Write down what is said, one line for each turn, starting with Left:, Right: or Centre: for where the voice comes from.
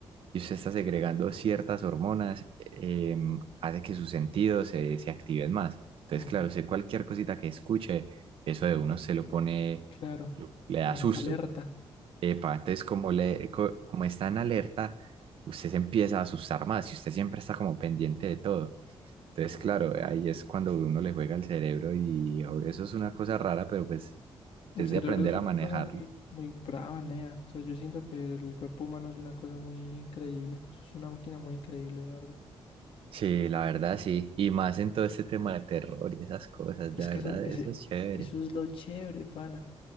Right: y usted está segregando ciertas hormonas, eh, em, hace que sus sentidos se, se activen más. Entonces,
Left: Ujú,
Right: claro, sé cualquier cosita que escuche, eso de uno se lo pone,
Left: Claro,
Right: le da
Left: en
Right: susto.
Left: alerta.
Right: Epa, entonces, como, le, co- como está en alerta, usted se empieza a asustar más y usted siempre está como pendiente de todo. Entonces, claro, ahí es cuando uno le juega al cerebro y o- eso es una cosa rara, pero pues
Left: El
Right: es
Left: cerebro
Right: de aprender
Left: es una
Right: a manejarlo.
Left: cosa muy, muy brava, Nea. O sea, yo siento que el cuerpo humano es una cosa muy increíble. Eso es una máquina muy increíble, la verdad.
Right: Sí, la verdad sí. Y más en todo este tema de terror y esas cosas,
Left: Es
Right: la
Left: que
Right: verdad,
Left: eso, ese,
Right: eso es chévere.
Left: eso es lo chévere, pana.